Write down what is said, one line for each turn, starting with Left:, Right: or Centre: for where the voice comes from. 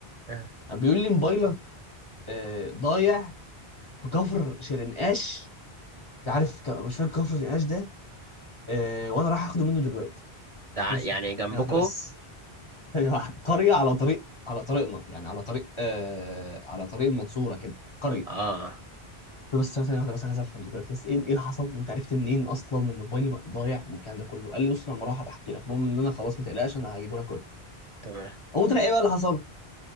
Right: آه.
Left: قام بيقول لي موبايلك آه، ضايع في كفر شرنقاش مش عارف ك- مش فاكر كفر شرنقاش ده آه، وانا رايح اخده منه دلوقتي
Right: ده ع-
Left: بص
Right: يعني جنبكو
Left: ثانيه واحده بس <laughs> ثانيه واحده قريه على طريق على طريقنا يعني على طريق آه على طريق المنصوره كده قريه
Right: اه
Left: طب بس ثانية واحدة بس عايز أفهم دلوقتي بس إيه إيه اللي حصل؟ أنت عرفت منين أصلا إن موبايلي ضايع والكلام ده كله؟ قال لي بص لما أروح بحكي لك المهم إن أنا خلاص ما تقلقش أنا هجيبه لك كله.
Right: تمام
Left: قوم طلع إيه بقى اللي حصل؟